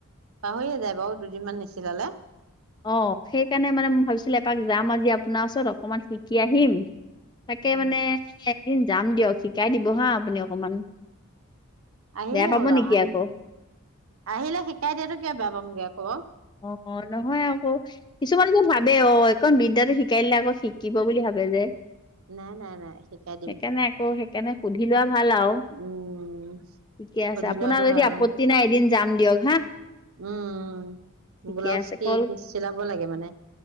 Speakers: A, on the right; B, on the left.
A: পাহৰিয়ে যায় বাৰু দুদিনমান নিচিলালে।
B: অ' সেইকাৰণে মানে মই ভাবিছিলো এপাক যাম আজি আপোনাৰ ওচৰত অকমান শি কি আহিম তাকে
A: উম
B: মানে এদিন যাম দিয়ক শিকাই দিব হা আপুনি অকমান।
A: আহিলেই
B: বেয়া পাব
A: হ'ল
B: নেকি
A: আৰু,
B: আকৌ
A: আহি আহিলে শিকাই দিয়াতো কিয় বেয়া পাম আকৌ। খবৰ?
B: অ', অ' নহয় আকৌ কিছুমান যে ভাৱে অ' এইকণ বিদ্যাটো শিকাই দিলে আকৌ শিকিব বুলি ভাৱে যে।
A: নাই নাই নাই শিকাই দিম
B: সেইকাৰণে আকৌ সেইকাৰণে সুধি লোৱা ভাল আৰু।
A: উম
B: ঠিকে আছে
A: সুধি
B: আপোনাৰ
A: লোৱাটো
B: যদি
A: ভাল
B: আপত্তি নাই এদিন যাম দিয়ক হা।
A: উম
B: ঠিকে
A: ব্লাউজ
B: আছে
A: কি
B: কল,
A: চিলাব লাগে মানে